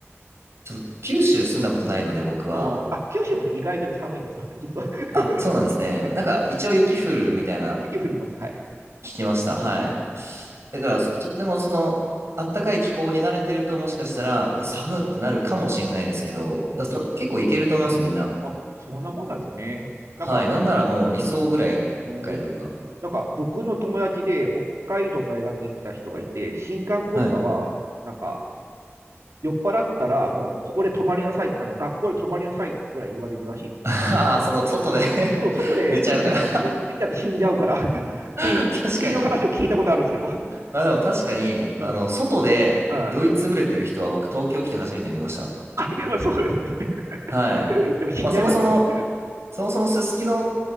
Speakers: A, on the right (about 65°); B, on the right (about 80°).
A: ちょっと九州住んだことないので、僕は。
B: うん、あ、九州まで意外とね、寒いんですよ、実は。<laughs>
A: あ、そうなんですね。
B: うん
A: なんか、一応雪降るみたいな
B: 雪降ります、はい。
A: 聞きました。はい。
B: うん、
A: だから、ちょっとでも、その、あったかい気候に慣れてると、もしかしたら、うわ、
B: うん、
A: 寒ってなるかもしれないですけど、
B: うん。
A: だた結構いけると思いますよ、みんな。
B: あ、そんなもんなんですね。
A: はい。
B: なんか、
A: なんならもう理想ぐらい、
B: うん、うん。
A: 北海道が。
B: なんか、僕の友達で北海道の大学行った人がいて、新歓コンパは、
A: はい。
B: なんか、酔っ払ったら、もうここで泊まりなさい、あの学校で泊まりなさいぐらい言われるらしい。
A: <laughs> ああ、その、外で
B: そう、
A: <laughs>
B: 外で死んじゃ寝ちゃって死んじゃうから
A: 寝ちゃうから
B: <laughs> っ
A: <laughs>
B: ていうっていう話を聞いたことあるんですけど。
A: 確かに。あ、でも確かに、あの、
B: うん。うん。
A: 外で酔いつぶれてる人は僕、
B: あ、
A: 東京来て初めて見ました。
B: やっぱそうですよね。<laughs>
A: はい。
B: やっぱ死んじゃいますもんね。
A: まあ、そもそも、そもそもすすきの